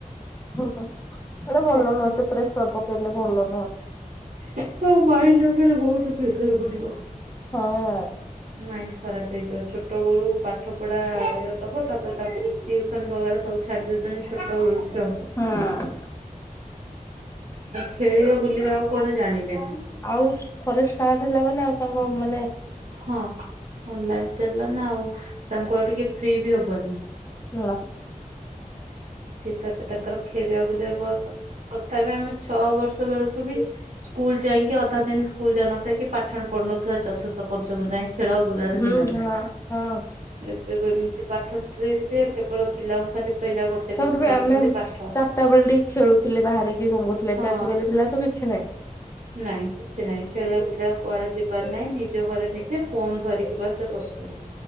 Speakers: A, on the left; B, on the right.
A: ହୁ ହୁଁ ସେଟା ଭଲ
B: ପାଠ
A: ନୁହଁ
B: ପଢା
A: ଏତେ ଫ୍ରେଶର ପକେଇଲେ ଭଲ ନୁହଁ।
B: ଏଠିତ ମାଇଣ୍ଡି ଉପରେ ବହୁତୁ ପ୍ରେସର ପଡିବ।
A: ହଁ।
B: ମାଇଣ୍ଡି ଖରାପ ହେଇଯିବ ଛୋଟ ବେଳୁ ପାଠ ପଢା ଇଅ ଦବ ତାପରେ ତାକୁ ଟ୍ୟୁସନ ଭଲରେ ସବୁ ଛାଡି ଦୋଉଚନ୍ତି ଛୋଟ ବେଳୁ ଛୁଆଙ୍କୁ।
A: ହଁ।
B: ଖେଳିବା ବୁଲିବା ଆଉ କଣ ଜାଣିଲେନେହିଁ?
A: ଆଉ ଥରେ ଷ୍ଟାର୍ଟ ହେଲା ମାନେ ଆଉ ତାଙ୍କ ମା
B: ହଁ ଲାଇଫି ଚାଲିଲା ନା ଆଉ ତାଙ୍କୁ ଆଉ ଟିକେ ଫ୍ରି ବି ହବନି।
A: <inaudible>
B: <inaudible> ସିଏ ତ ଏବେ ତାଙ୍କର ଖେଳିବା ବୁଲିବା ବୟଷ ତଥାପି ଆମେ ଛଅ ବର୍ଷ ବେଳକୁ ବି ସ୍କୁଲୁ ଯାଇଁକି ଅଧା ଦିନ ସ୍କୁଲୁ ଯାଉ ନଥିବା କି ପାଠ ପଢୁନଥିବା ଚତୁର୍ଥ ପଞ୍ଚମ ଯାଏଁ। ଖେଳ ଓ ବୁଲାରେ
A: ହୁଁ
B: ଦିନଯାଏ।
A: ହଁ ହଁ
B: ଏବେ ଏମିତି ପାଠ ଷ୍ଟ୍ରିଟି ଯେ କେବଳ ପିଲାଙ୍କୁ ଖାଲି ପିଲା ଗୋଟେ ଜିନିଷ
A: ତାପରେ ବି
B: ଜାଣୁଛନ୍ତି
A: ଆମେ
B: ପାଠ।
A: ଚାରିଟା ବେଳେ ଟିକେ ଖେଳୁଥିଲେ ବାହରେକି କଣ କରୁଥିଲେ
B: ହଁ
A: ଏବେ ଆଜିକାଲି ପିଲା ତ କିଛି ନାହିଁ।
B: ନାଇଁ କିଛି ନାଇଁ ଖେଳିବା ବୁଲିବା କୁଆଡେ ଯିବାର ନାହିଁ ନିଜ ଘରେ ନିଜେ ଫୋନ୍ ଧରିକି ବାସେ ବସୁଚନ୍ତି।